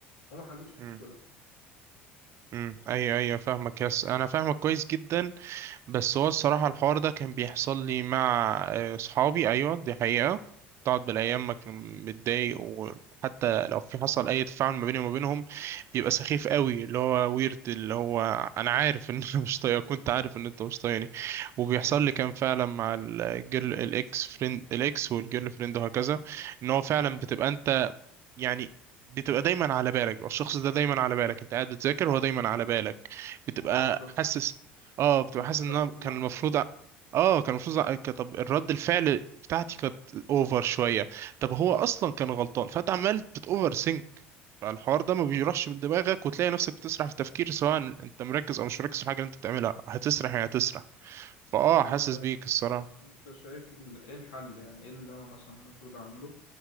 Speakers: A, on the left (about 85°); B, on the right (about 50°).
A: وما حلتش المشكله
B: امم امم ايوه ايوه فاهمك يس انا فاهمك كويس جدا بس هو الصراحة الحوار ده كان بيحصل لي مع آه، صحابي أيوة دي حقيقة تقعد بالأيام ما كان متضايق وحتى لو في حصل أي تفاعل ما بيني وما بينهم بيبقى سخيف قوي اللي هو ويرد اللي هو أنا عارف إن أنا <laughs> مش طايقك كنت عارف إن أنت مش طايقني وبيحصل
A: مم.
B: لي كان فعلا مع الجيرل الإكس فريند الإكس والجيرل فريند وهكذا إن هو فعلا
A: اه
B: بتبقى أنت يعني بتبقى دايما على بالك بيبقى الشخص ده دايما على بالك انت قاعد بتذاكر وهو دايما على بالك بتبقى
A: ما هو بالظبط
B: حاسس اه بتبقى
A: مؤثر
B: حاسس ان انا
A: في كل
B: كان
A: حاجه
B: المفروض أ- اه كان المفروض أ- ك- طب الرد الفعل بتاعتي كانت اوفر شويه طب هو
A: مم.
B: اصلا كان غلطان فانت عمال بتوفر سينك فالحوار ده ما بيروحش من دماغك وتلاقي نفسك بتسرح في التفكير سواء انت مركز او مش مركز في الحاجه اللي انت بتعملها هتسرح يعني هتسرح فاه
A: طب وانت
B: حاسس بيك الصراحه
A: انت شايف ال- ايه الحل يعني ايه اللي انا مثلا المفروض اعمله